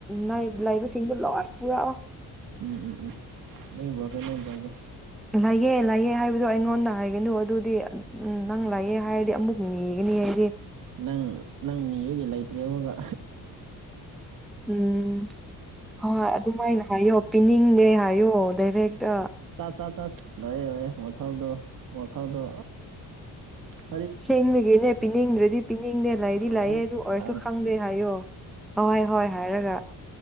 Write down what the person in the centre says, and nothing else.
ꯅꯣꯏ ꯂꯥꯏꯕꯁꯤꯡꯗꯨꯣ ꯂꯣꯏ ꯄꯨꯔꯛꯑꯣ
ꯂꯑꯦ ꯂꯥꯛꯑꯦ ꯍꯥꯏꯕꯗꯣ ꯑꯩꯉꯣꯟꯗ ꯍꯥꯏꯒꯅꯨ ꯑꯗꯨꯗꯤ ꯅꯪ ꯂꯥꯛꯑꯦ ꯍꯥꯏꯔꯗꯤ ꯑꯃꯨꯛ ꯅꯤꯒꯅꯤ ꯍꯥꯏꯗꯤ
ꯎꯝ ꯍꯣꯏ ꯑꯗꯨꯃꯥꯏꯅ ꯍꯥꯏꯌꯣ ꯄꯤꯅꯤꯡꯗꯦ ꯍꯥꯏꯌꯨ ꯑꯣꯗꯔꯗ
ꯁꯦꯡꯃꯤꯒꯤꯅꯦ ꯄꯤꯅꯤꯡꯗ꯭ꯔꯗꯤ ꯄꯤꯅꯤꯡꯗꯦ ꯂꯩꯗꯤ
ꯂꯥꯛꯑꯦ ꯑꯗꯨ
ꯑꯣꯏꯔꯁꯨ ꯈꯪꯗꯦ ꯍꯥꯏꯌꯣ ꯑꯣꯏ ꯍꯣꯏ ꯍꯥꯏꯔꯒ